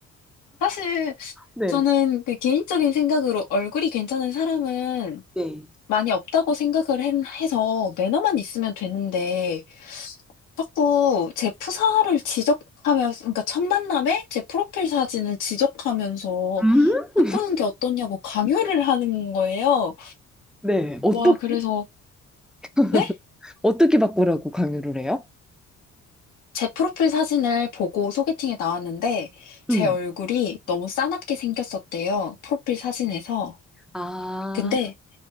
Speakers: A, on the left; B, in the centre.
A: 사실
B: 네.
A: 저는 그 개인적인 생각으로 얼굴이 괜찮은 사람은
B: 네.
A: 많이 없다고 생각을 한- 해서 매너만 있으면 되는데, 자꾸 제 프사를 지적하면서, 그러니까 첫 만남에 제 프로필 사진을 지적하면서
B: 음?
A: 바꾸는 게 어떠냐고 강요를 하는 거예요.
B: 네. 어떻게
A: 와, 그래서
B: <laughs>
A: 네?
B: 어떻게 바꾸라고 강요를 해요?
A: 제 프로필 사진을 보고 소개팅에 나왔는데 제
B: 음.
A: 얼굴이 너무 싸납게 생겼었대요. 프로필 사진에서.
B: 아,
A: 근데